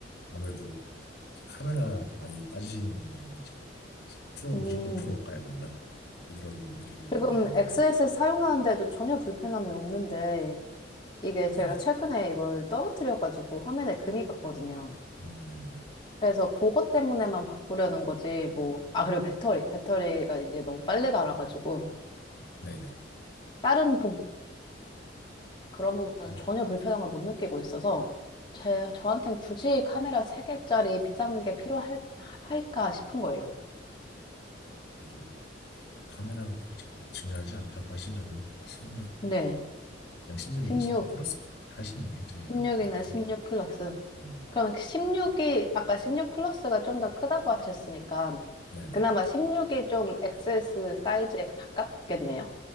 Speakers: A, on the left (about 60°); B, on the left (about 25°).
A: 아무래도 카메라 많이 따지시는 분들은 이제 프로
B: 음,
A: 무조건 프로 가야 된다 그런 분들이 계시는
B: 지금
A: 반면에
B: XS를
A: 이제
B: 사용하는데도 전혀 불편함이 없는데, 이게
A: 네,
B: 제가 최근에 이걸 떨어뜨려가지고 화면에 금이 갔거든요.
A: 음, 네네네,
B: 그래서 그것 때문에만 바꾸려는 거지, 뭐. 아, 그리고 배터리. 배터리가 이제 너무 빨리 닳아가지고,
A: 네네.
B: 다른 부, 그런 부분은
A: 음,
B: 전혀 불편함을 못 느끼고 있어서, 제, 저한텐 굳이 카메라 3개짜리 비싼 게 필요할, 할까 싶은 거예요.
A: 아무래도 카메라가 그렇게 중요하지 않다고 하시면은 16
B: 네.
A: 그냥 16이나
B: 16,
A: 16 플러스 하시는 게 제일
B: 16이나
A: 나을 것 같아요.
B: 16 플러스.
A: 네네,
B: 그러면 16이, 아까 16 플러스가 좀 더 크다고 하셨으니까,
A: 네네.
B: 그나마 16이 좀 XS 사이즈에 가깝겠네요.